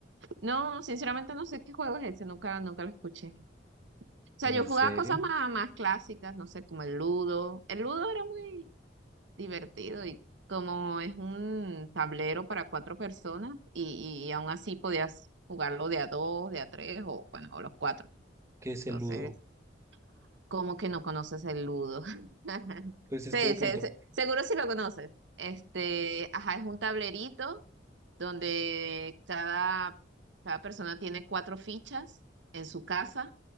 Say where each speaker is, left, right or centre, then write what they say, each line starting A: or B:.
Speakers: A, on the right (about 85°); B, on the right (about 15°).
A: No, sinceramente no sé qué juego es ese, nunca, nunca lo escuché. O sea,
B: ¿En
A: yo jugaba
B: serio?
A: cosas más, más clásicas, no sé, como el ludo. El ludo era muy divertido y como es un tablero para cuatro personas y, y aún así podías jugarlo de a dos, de a tres o bueno, o los cuatro.
B: ¿Qué es el
A: Entonces,
B: ludo?
A: como que no conoces el ludo? <laughs>
B: Pues es
A: Sí,
B: que de pronto
A: se- se- seguro si lo conoces. Este, ajá, es un tablerito donde cada, cada persona tiene cuatro fichas en su casa,